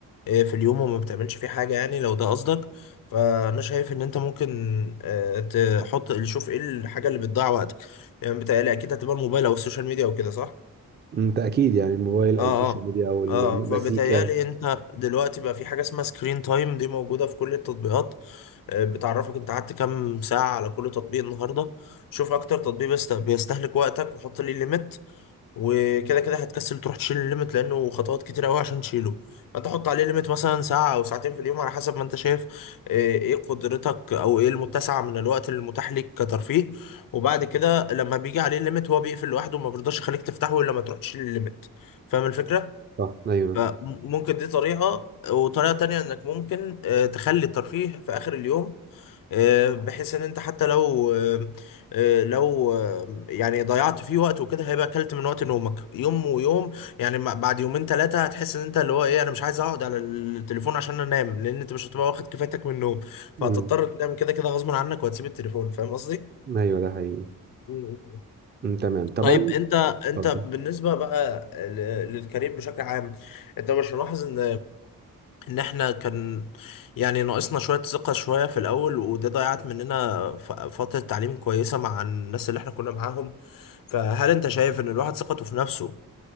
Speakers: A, on the left (about 60°); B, on the right (about 25°).
A: آه، في اليوم وما بتعملش فيه حاجة يعني لو ده قصدك فانا شايف ان انت ممكن آه، تحط شوف ايه الحاجة اللي بتضيع وقتك يعني بتهيألي اكيد هتبقى الموبايل او السوشيال ميديا او كده صح؟
B: انت اكيد يعني الموبايل او
A: اه
B: السوشيال
A: اه
B: ميديا او المزيكا
A: اه فبتهيألي انت دلوقتي بقى في حاجة اسمها سكرين تايم دي موجودة في كل التطبيقات آه، بتعرفك انت قعدت كام ساعة على كل تطبيق النهاردة شوف اكتر تطبيق بيست- بيستهلك وقتك وحط لي ليميت وكده كده هتكسل تروح تشيل الليمت لانه خطوات كتير قوي عشان تشيله فتحط عليه ليميت مثلا ساعة او ساعتين في اليوم على حسب ما انت شايف آه، ايه قدرتك او ايه المتسع من الوقت المتاح ليك كترفيه وبعد كده لما بيجي عليه الليميت هو بيقفل لوحده وما بيرضاش يخليك تفتحه الا لما تروح تشيل الليميت فاهم الفكرة؟
B: صح ايوه
A: فممكن دي طريقة وطريقة تانية انك ممكن آه، تخلي الترفيه في اخر اليوم آه، بحيث ان انت حتى لو آه، آه، لو آه، يعني ضيعت فيه وقت وكده هيبقى اكلت من وقت نومك يوم ويوم يعني ما- بعد يومين ثلاثة هتحس ان انت اللي هو ايه انا مش عايز اقعد على التليفون عشان انام لان انت مش هتبقى واخد كفايتك من النوم فهتضطر
B: امم
A: تنام كده كده غصب عنك وهتسيب التليفون فاهم قصدي؟
B: ايوه ده حقيقي
A: مم.
B: امم تمام طبعا
A: طيب انت انت
B: اتفضل
A: بالنسبه بقى ل- للكارير بشكل عام انت مش ملاحظ ان ان احنا كان يعني ناقصنا شوية ثقة شوية في الاول وده ضيعت مننا ف- فترة تعليم كويسة مع الناس اللي احنا كنا معاهم فهل انت شايف ان الواحد ثقته في نفسه